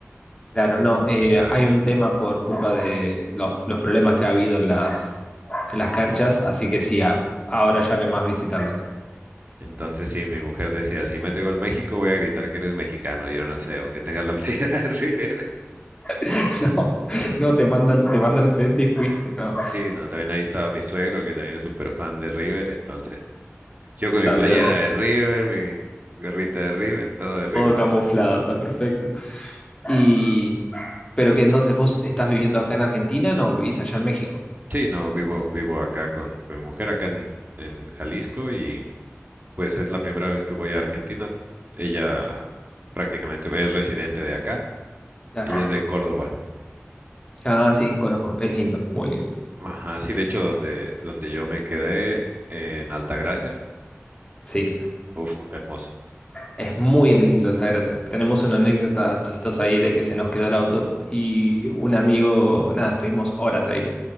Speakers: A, on the left; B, on the right.
A: Claro, no,
B: los
A: eh,
B: estadios.
A: hay un tema por culpa de los, los problemas que ha habido en las, en las canchas, así que sí, a- ahora ya no hay más visitantes.
B: Entonces sí, mi mujer decía, si mete gol México voy a gritar que eres mexicano. Yo no sé, aunque tengas la <laughs> playera de River.
A: <laughs> No, no, te mando, al- te mando al frente y fuiste, no,
B: Sí, no, también ahí estaba mi suegro que también es súper fan de River. Entonces yo con
A: está,
B: mi playera
A: olvídate,
B: de River, mi gorrita de River, todo de River.
A: todo camuflado, está perfecto. Y, pero que entonces vos estás viviendo acá en Argentina, no, vivís allá en México.
B: Sí, no, vivo, vivo acá con, con mi mujer, acá en, en Jalisco, y pues es la primera vez que voy a Argentina. Ella prácticamente es residente de acá.
A: Claro.
B: Ella es de Córdoba.
A: Ah, sí, conozco, es lindo, muy lindo.
B: Ajá, sí, de hecho, donde, donde yo me quedé en Altagracia,
A: Sí.
B: uf, hermoso.
A: Es muy lindo Altagracia. Tenemos una anécdota chistosa ahí de que se nos quedó el auto y un amigo, nada, estuvimos horas ahí.